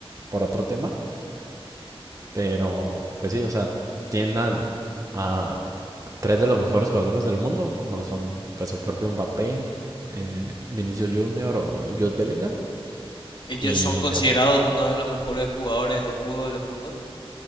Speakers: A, on the right; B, on the left.
A: por otro tema. Pero, pues sí, o sea, tiendan a tres de los mejores jugadores del mundo, como lo son pues el propio Mbappé, eh, Vinicius Junior o Jude Bellingham.
B: Ellos
A: Y
B: son considerados uno de los mejores jugadores del fútbol del mundo.